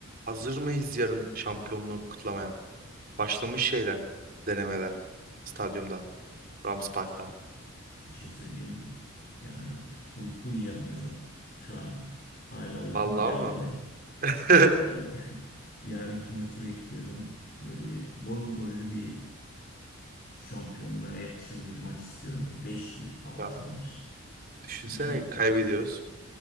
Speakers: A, on the right (about 45°); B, on the left (about 45°).
A: Hazır mıyız yarın şampiyonluğu kutlamaya? Başlamış şeyler, denemeler. Stadyumda, Rams Park'ta.
B: Ş- Bir şey söyleyeyim mi? Yani uyku uyuyamıyorum. Şu an hala uykum
A: Vallahi
B: gelmedi.
A: mı? <laughs>
B: Yar <laughs> yarınki maçı bekliyorum. Böyle bol gollü bir şampiyonluğa yakışır bir maç istiyorum. Böyle beş bir altı
A: Ya
B: bir
A: düşünsene
B: Şu iki
A: kaybediyoruz.